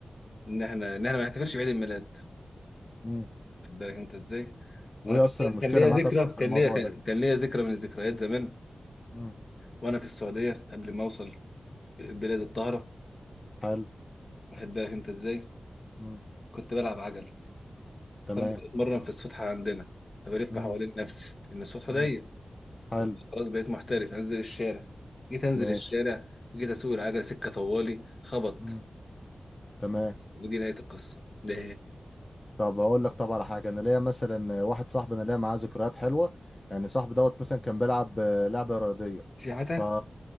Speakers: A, on the left; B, on the left.
A: ان احنا ان احنا ما نحتفلش بعيد الميلاد
B: امم
A: خد بالك انت ازاي
B: وايه
A: وانا
B: اصلا
A: كان
B: المشكله
A: كان ليا
B: معاك
A: ذكرى
B: اصلا في
A: كان
B: الموضوع
A: ليا كان
B: ده
A: كان ليا ذكرى من الذكريات زمان
B: امم
A: وانا في السعوديه قبل ما اوصل بلاد الطاهره
B: حلو
A: واخد بالك انت ازاي
B: امم
A: كنت بلعب عجل
B: تمام
A: فانا كنت بتمرن في السطح عندنا فبلف
B: امم
A: حوالين نفسي ان السطح ضيق
B: امم حلو
A: قلت خلاص بقيت محترف انزل الشارع جيت انزل
B: ماشي
A: الشارع جيت اسوق العجل سكه طوالي خبط
B: امم تمام
A: ودي نهايه القصه ده
B: طب هقول لك طب على حاجه انا ليا مثلا واحد صاحبي انا ليا معاه ذكريات حلوه يعني صاحبي دوت مثلا كان بيلعب آه، لعبه رياضيه
A: سياحتها
B: ف